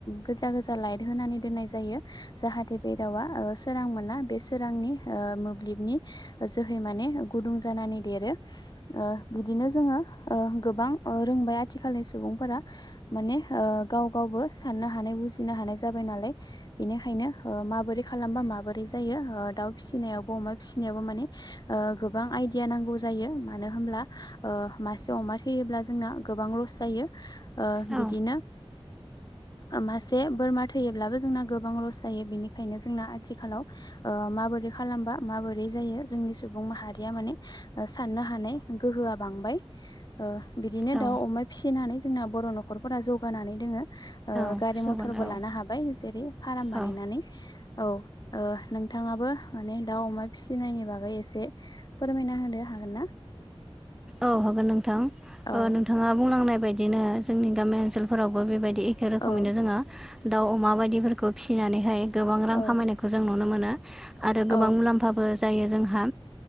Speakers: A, on the left (about 40°); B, in the centre.
A: गोजा गोजा लाइट होनानै दोननाय जायो। जाहाथे बे दावा ओ सोरां मोना बे सोरांनि ओ मोब्लिबनि जोहै माने गुदुं जानानै देरो बिदिनो जोंङो ओ गोबां ओ रोंबाय आथिखालनि सुबुंफोरा माने ओ गाव गावबो साननो हानाय बुजिनो हानाय हानाय जाबाय नालाय बेनिखायनो। ओ माबोरै खालामबा माबोरै जायो ओ दाउ फिसिनायावबो अमा फिसिनायावबो माने ओ गोबां आइडिया नांगौ जायो मानो होनब्ला ओ मासे अमा थैयोब्ला जोंना गोबां लस जायो। ओ
B: औ
A: बिदिनो ओ मासे बोरमा थैयोब्लाबो जोंना गोबां लस जायो बेनिखायनो जोंना आथिखालाव ओ माबोरै खालामबा माबोरै जायो जोंनि सुबुं माहारि माने साननो हानाय गोहोआ बांबाय। ओ बिदिनो
B: औ
A: दाउ अमा फिसिनानै जोंना बर' न'खरफोरा जौगानानै दोङो। ओ
B: औ
A: गारि
B: जौगोन
A: मथरबो
B: औ
A: लानो हाबाय जेरै फाराम
B: औ
A: बानायनानै औ ओ नोंथाङाबो माने दाउ अमा फिसिनायनि बागै एसे फोरमायना होनो हागोन ना?
B: औ हागोन नोंथां
A: औ
B: ओ नोंथाङा बुंलांनाय बायदिनो जोंनि गामि ओनसोलफोरावबो बेबायदि एखे रोखोमैनो
A: औ
B: जोंङो दाउ अमा बायदिफोरखौ फिसिनानैहाय गोबां रां
A: औ
B: खामायनायखौ जों नुनो मोनो। आरो गोबां
A: औ
B: मुलाम्फाबो जायो जोंहा